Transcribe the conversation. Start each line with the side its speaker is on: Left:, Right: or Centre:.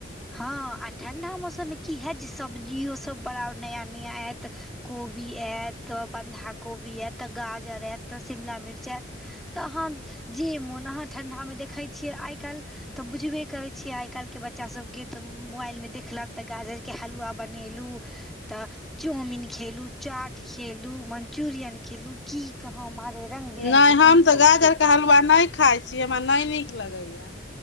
Centre: हँ आ ठण्डा मौसममे की होैत जे सब्जियोसभ बड़ा नया नया आयत कोबी एत त ऽ बन्धा कोबी एत त ऽ गाजर एत त ऽ शिमला मिर्च एत तऽ अहाँ जे मोन अहाँ ठण्ढामे देखैत छियै आइ काल्हि तऽ बुझबे करै छियै आइ काल्हि के बच्चासभ के तऽ मोबाइल मे देखलक तऽ गाजरके हलुवा बनेलहुँ तऽ चाउमिन खेलु चाट खेलु मंचूरियन खेलु की कहा मारे रंग बिरंग
Left: नहि
Centre: के
Left: हम
Centre: चीज
Left: तऽ
Centre: सब
Left: गाजरके
Centre: खेलू
Left: हलुआ नहि खाइत छी हमरा नहि नीक लगैया